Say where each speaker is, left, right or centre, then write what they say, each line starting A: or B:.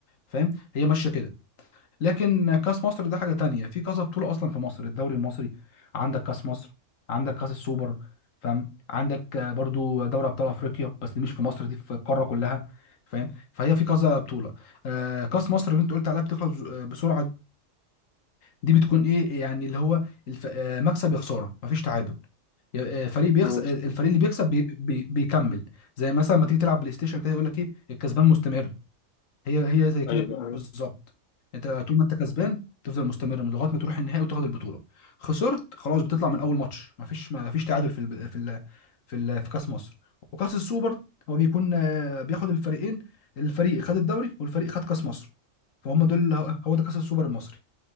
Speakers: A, on the left; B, on the left.
A: فاهم هي ماشيه كده لكن كاس مصر ده حاجه تانية في كذا بطوله اصلا في مصر الدوري المصري عندك كاس مصر عندك كاس السوبر فاهم عندك آه، برضو دوري ابطال افريقيا بس دي مش في مصر دي في القاره كلها فاهم فهي في كذا بطوله آه كاس مصر اللي انت قلت عليها بتخلص بز- آه، بسرعه دي بتكون ايه يعني اللي هو الف... آه، مكسب يا خساره مفيش تعادل ي- آه، فريق بيخسر
B: مم.
A: الفريق اللي بيكسب بي... بي... بيكمل زي مثلا ما تيجي تلعب بلاي ستيشن كده يقول لك ايه الكسبان مستمر هي هي زي كده
B: ايوه مم.
A: بالظبط انت طول ما انت كسبان تفضل مستمر من لغايه ما تروح النهائي وتاخد البطوله خسرت خلاص بتطلع من اول ماتش ما فيش ما فيش تعادل في ال في ال في, ال في كاس مصر وكاس السوبر هو بيكون آه، بياخد الفريقين الفريق خد الدوري والفريق خد كاس مصر فهم دول هو ده كاس السوبر المصري